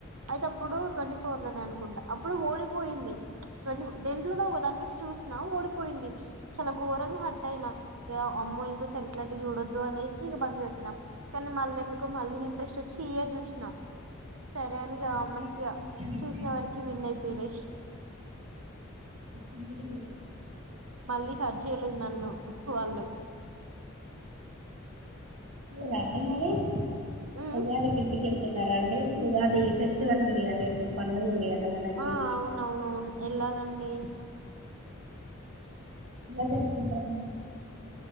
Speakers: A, on the right; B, on the right.
A: అయితే అప్పుడు ట్వంటీ ఫోర్ లోనే అనుకుంట అప్పుడు ఓడిపోయింది, దెంట్లోలో ఒకదానినికిక చూసినా ఓడిపోయింది చాలా ఘోరంగా హర్ట్ అయినా ఇం అమ్మో ఇంకోసారి ఇట్లాంటివి చూడొద్దు అనేసి ఇక బంది పెట్టిం, కానీ మళ్ళ ఎందుకో మళ్ళీ ఇంట్రెస్ట్ వచ్చి ఇయర్ చూసినా సరే అనిగా
B: అందుకైనా
A: మంచిగా
B: ఇండియా విన్
A: చూసిన
B: అయింది
A: వరకి విన్నాయి పీడేష్
B: నందుగ
A: మళ్ళీ హర్ చేయలేదు నన్ను వాళ్ళు
B: లే రండి మరి
A: ఉమ్
B: అగా అద కిందికి న్నా అండి అది ఫెస్టివల్ ఉంది కదా ఇప్పుడు పండుగ ఉంది కదా మనకి
A: ఆ అవునవును వెళ్ళాలండి
B: ఎలా జరుపుకుంటారండి